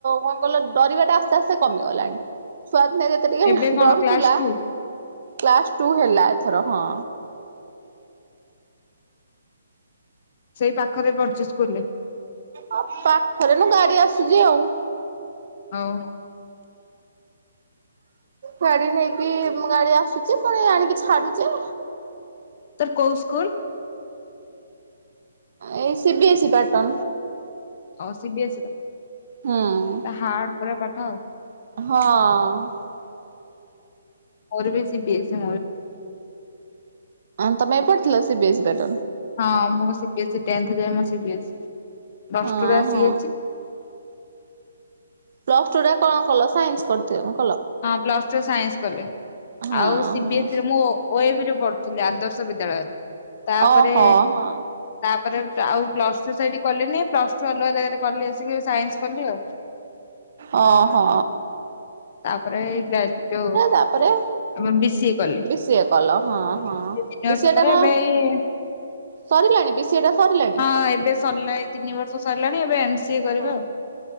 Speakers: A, on the right; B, on the left.
A: କଣ କଲ ଡରିବା ଟା ଆସ୍ତେ ଆସ୍ତେ କମିଗଲାଣି। ସ୍ଵଦ ନେଇ ଦେ ତ ଟିକେ
B: ଏବେ କଣ
A: ଡର
B: କ୍ଲାସ
A: ଥୁଲା
B: ଟୁ
A: କ୍ଲାସ ଟୁ ହେଲା ଏଥର ହଁ
B: ସେଇ ପାଖରେ ପଡିଚ କିଲେ <unintelligible>
A: ଆଉ ପାଖରେନୁ ଗାଡି ଆସୁଛି ଆଉ
B: ହଉ।
A: ଗାଡି ନେଇକି ଗାଡି ଆସୁଛି ପୁଣି ଆଣିକି ଛାଡୁଛି
B: ତାର କୋଉ ସ୍କୁଲ?
A: ଏଇ ସି ବିି ଏ ସି ପାଟର୍ଟ
B: ହଉ ସି ବିି ଏ ସି ର
A: ହୁଁ
B: ତା ହାର୍ଡ଼ ପୁରା ପାଠ ଆଉ।
A: ହଁ
B: ମୋର ବି ସିବି ଏସ
A: ହଁ ତମେ ଏପଟ ଥିଲ ସି ବି ଏ ସି ପାର୍ଟନ
B: ହଁ ମୁଁ C B S C tenth ଯାଏଁ ମୋର C B S C plus
A: ହଁ
B: two ରେ ଆସିଯାଇଛି।
A: ହଁ। ପ୍ଲସ୍ ଟୁ ରେ କଣ କଲ ସାଇନ୍ସ କଲି ତେଣୁ
B: ହଁ ପ୍ଲସ୍ ଟୁ ସାଇନ୍ସ ଗଲେ।
A: ହଁ
B: ଆଉ ସି
A: ହଁ।
B: ବି ଏସ୍ ସି ରେ ମୁଁ ଓ ଏ ବି ରେ ପଢୁଥିଲି ଆଦର୍ଶ ବିଦ୍ୟାଳୟରେ ତାପରେ
A: ଓହୋ ହଁ
B: ତାପରେ ଆଉ ପ୍ଲସ ଟୁ ସେଇଠି କଲିି ନି ପ୍ଲସ ଟୁ ଅଲଗା ଜାଗାରେ କଲି ଆସିକି ସାଇନ୍ସ କଲି ଆଉ
A: ଓ ହୋ
B: ତାପରେ <unintelligible>
A: ତାପରେ
B: ବି ସି ଏ କଲି
A: ବି ସିଏ କଲ ହଁ ହଁ
B: ଦି ତିନି
A: ବି
B: ବର୍ଷ
A: ସିଏ
B: ପରେ
A: ଟା କଣ
B: ଏବେ ଏଇ
A: ସରିଲାଣି ବି ସିଏ ଟା ସରିଲାଣି
B: ହଁ ଏବେ ସରିଲା ଏ ତିନି ବର୍ଷ ସରିଲାଣି ଏବେ ସି ଏ କରିବା
A: ହଁ
B: ଆଉ।